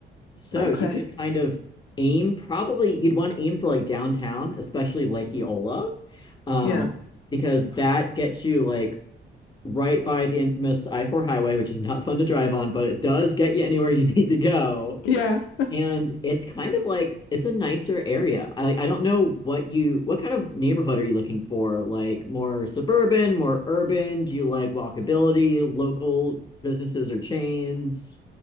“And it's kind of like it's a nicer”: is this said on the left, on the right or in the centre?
Left